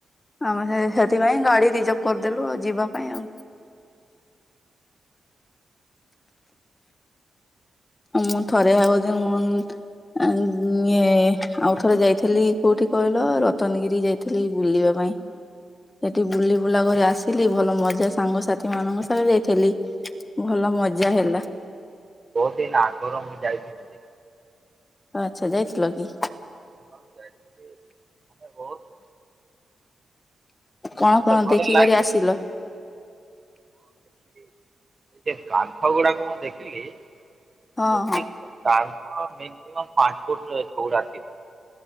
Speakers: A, on the left; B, on the right.
A: ଆମେ ହେ ହେଥିପାଇଁ ଗାଡି ରିଜର୍ଭ କରିଦେଲୁ ଆଉ ଯିବା ପାଇଁ ଆଉ। ମୁଁ ଥରେ ଭାବୁଛି ମୁଁ। ଏ ଇଏ ଆଉ ଥରେ ଯାଇଥିଲି କୋଉଠି କହିଲ ରତନଗିରି ଯାଇଥି। ଥିଲି ବୁଲିବା ପାଇଁ। ସେଠି ବୁଲିବୁଲା କରି ଆସିଲି ଭଲ ମଜା ସାଙ୍ଗସାଥି ମାନଙ୍କ ସାଙ୍ଗରେ ଯାଇଥିଲି।। ଭଲ ମଜା ହେଲା।
B: ବହୁତ୍ ଦିନ ଆଗରୁ ମୁଁ ଯାଇଥିଲି।
A: ଆଚ୍ଛା ଯାଇଥିଲ କି?
B: ହଁ ଯାଇଥିଲି ଆମେ ବହୁତ।
A: କଣ
B: ମତେ
A: କଣ
B: ତ ଭଲ
A: ଦେଖିକରି
B: ଲାଗେ
A: ଆସିଲ?
B: ମୁଁ <unintelligible> କାନ୍ଥ ଗୁଡାକ ମୁଁ ଦେଖିଲି।
A: ହଁ
B: ଗୋଟି
A: ହଁ।
B: କାନ୍ଥ ମାକ୍ସିମମ୍ ପାଞ୍ଚ ଫୁଟ ଚଉଡା ଥିବ।